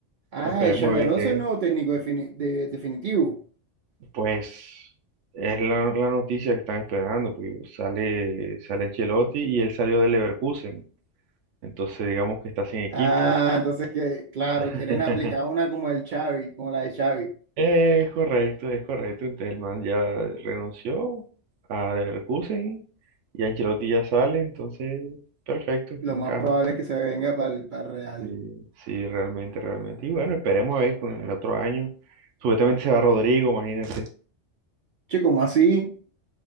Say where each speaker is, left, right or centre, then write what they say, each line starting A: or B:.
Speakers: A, on the right (about 60°); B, on the right (about 75°).
A: Ah,
B: Esperemos
A: es Xabi
B: a ver
A: Alonso
B: qué.
A: el nuevo técnico defini- de- definitivo.
B: Pues es la, la noticia que están esperando. Pues sale, sale Ancelotti y él salió de Leverkusen. Entonces digamos que está sin equipo.
A: Ah, entonces que, claro,
B: <laughs>
A: quieren aplicar una como el Xavi, como la de Xavi.
B: Es correcto, es correcto. Entonces el man ya renunció a Leverkusen y Ancelotti ya sale. Entonces, perfecto,
A: Lo
B: encaja.
A: más probable es que se venga para el, para el Real.
B: Sí, sí, realmente, realmente. Y bueno, esperemos a ver con el otro año. Supuestamente se va Rodrigo, imagínate.
A: Che, ¿cómo así?